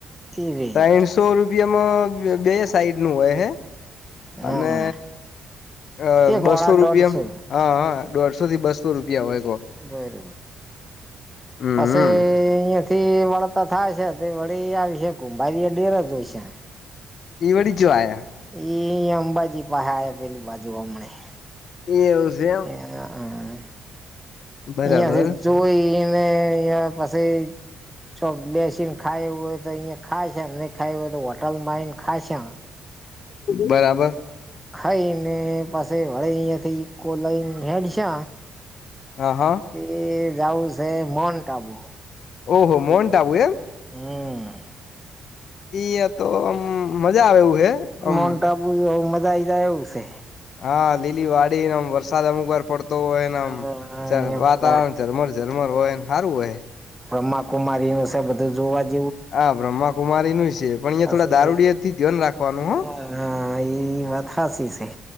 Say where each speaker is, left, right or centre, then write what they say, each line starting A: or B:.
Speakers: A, in the centre; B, on the left.
A: એ રે
B: ત્રઇસો રૂપિયામાં બે સાઈડ નું હોય હે
A: હા
B: અને અ
A: એક વાળા
B: બસો રૂપિયામાં
A: દોઢસો
B: હા હા દોઢોથી બસો રૂપિયા હોય કો
A: બરોબર
B: હમ
A: પાછ થી વળતા થાય છે તે વળી આવી શક ભાઈ ડેર જ હોય છે
B: ઈવડી જું આયા.
A: એ અંબાજી પાસે પેલી બાજુ હમને <inaudible>
B: એવું છે
A: આઈયા
B: એમ બરાબર
A: જોઈ અને અહિયાં પાછી ચો બેસીને ખાયું હોય તો અહીંયા ખાય છે નહી ખાય હોય તો હોટલમાં એને ખાય છે.
B: બરાબર.
A: ખાઈને પાસે વળે અયાથી ઈકો લઈ હેડ છે
B: હા હા
A: તે જવું છે માઉન્ટ આબુ.
B: ઓહો મોન્ટાબું એમ
A: હમ
B: યા તો આમ મજા આવે હે આમ
A: મોન્ટ આબુ મજા આઈ જાય એવું છે
B: હા લીલી વાડીનેમ વરસાદ અમુક વાર તો હોયનેમ
A: અહિયાં
B: વાતાવરણ
A: પેલા
B: ઝરમર ઝરમર હોય સારું હોય
A: બ્રહ્માકુમારીનું છે બધું જોવા જ
B: હા બ્રહ્માકુમારી નું છે પણ અંયા
A: પછી
B: થોડા દારૂડીથી ધન રાખવાનું
A: હા
B: હો
A: હા એ વાત હાચી છે